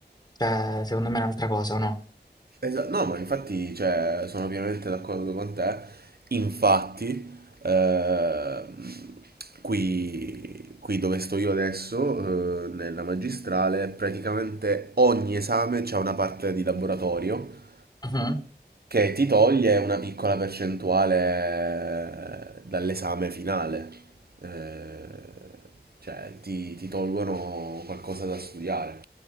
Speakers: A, on the left; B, on the right.
A: cioè, secondo me è un'altra cosa, o no?
B: Esa- no, ma infatti, cioè, sono pienamente d'accordo con te. Infatti, ehm, qui, qui dove sto io adesso, eh, nella magistrale, praticamente ogni esame c'è una parte di laboratorio
A: Mhm,
B: che ti toglie una piccola percentuale eh, dall'esame finale, Eh, cioè ti, ti tolgono qualcosa da studiare